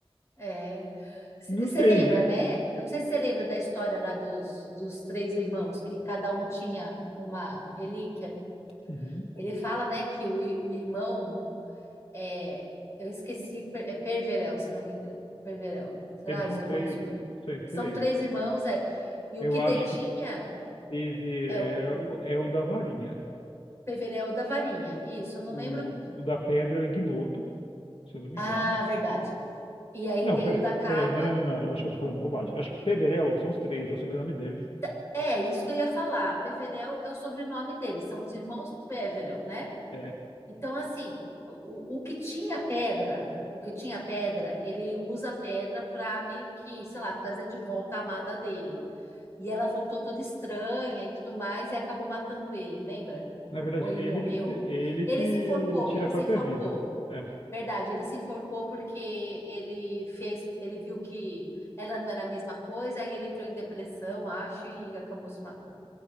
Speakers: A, on the left; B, on the left.
A: é.
B: Não
A: Você
B: sei,
A: lembra,
B: né?
A: né? Eu não sei se você lembra da história lá dos, dos três irmãos, que cada um tinha uma relíquia.
B: Uhum.
A: Ele fala, né, que o, i- o irmão É, eu esqueci, Per- é Perverel, se não me engano. Perverel. Será?
B: Eles
A: Os
B: são
A: irmãos.
B: três.
A: Per-
B: não sei,
A: São
B: três.
A: três irmãos, é. E
B: Eu
A: o que detinha
B: acho que Peverel
A: é o
B: é é o da varinha.
A: Perverel da varinha. Isso, eu não
B: O,
A: lembro.
B: o da pedra é o Ignoto, se eu não me
A: Ah,
B: engano.
A: verdade. E aí
B: Não,
A: tem
B: peraí.
A: o da capa.
B: Peraí, não, não, não, não. Eu acho que eu tô falando bobagem. Eu acho que Peverel são os três, é o sobrenome deles.
A: Da- É, isso que eu ia falar. Peverel é o sobrenome deles, são os irmãos Peverel, né?
B: É,
A: Então, assim, o, o que tinha pedra, o que tinha pedra, ele usa a pedra para meio que, sei lá, trazer de volta a amada dele. E ela voltou toda estranha e tudo mais e acabou matando ele, lembra?
B: Na verdade,
A: Ou ele
B: ele
A: morreu.
B: que se- ele
A: Ele
B: que
A: se enforcou,
B: tira
A: ele
B: a
A: se
B: própria
A: enforcou.
B: vida. É.
A: Verdade, ele se enforcou porque ele fez, ele viu que ela não era a mesma coisa, aí ele entrou em depressão, acho, e acabou se matando.